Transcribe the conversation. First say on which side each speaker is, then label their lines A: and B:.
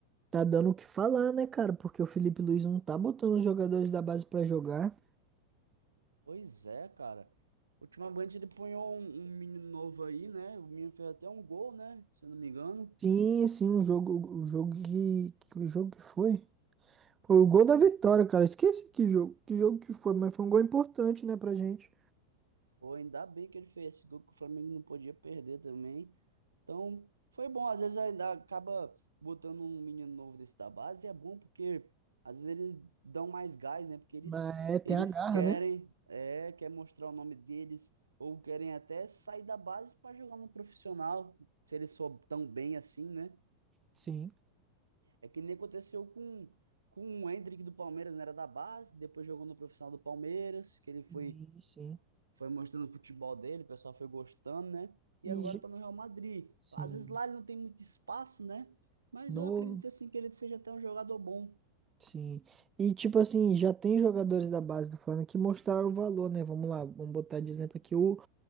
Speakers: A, on the right (about 20°); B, on the right (about 75°).
A: tá dando o que falar, né, cara? Porque o Felipe Luiz não tá botando os jogadores da base para jogar.
B: Pois é, cara. Ultimamente ele ponhou um, um menino novo aí, né? O menino fez até um gol, né? Se eu não me engano.
A: Sim, sim, um jogo, o jogo que, que o jogo que foi. Foi o gol da vitória, cara. Esqueci que jogo, que jogo que foi, mas foi um gol importante, né, pra gente.
B: Pô, ainda bem que ele fez esse gol que o Flamengo não podia perder também. Então, foi bom. Às vezes ainda acaba botando um menino novo desse da base, e é bom porque às vezes eles dão mais gás, né? Porque eles,
A: Mas é, tem
B: eles
A: a garra,
B: querem,
A: né?
B: é, quer mostrar o nome deles, ou querem até sair da base para jogar no profissional, se eles for tão bem assim, né?
A: Sim,
B: É que nem aconteceu com, com o Endrick do Palmeiras, né? Era da base, depois jogou no profissional do Palmeiras, que ele foi
A: sim, sim.
B: foi mostrando o futebol dele, o pessoal foi gostando, né? E agora
A: E j-
B: tá no Real Madrid.
A: sim,
B: Às vezes lá ele não tem muito espaço, né? Mas
A: novo,
B: eu acredito assim que ele seja até um jogador bom.
A: sim. E tipo assim, já tem jogadores da base do Flamengo que mostraram o valor, né? Vamos lá, vamos botar de exemplo aqui o,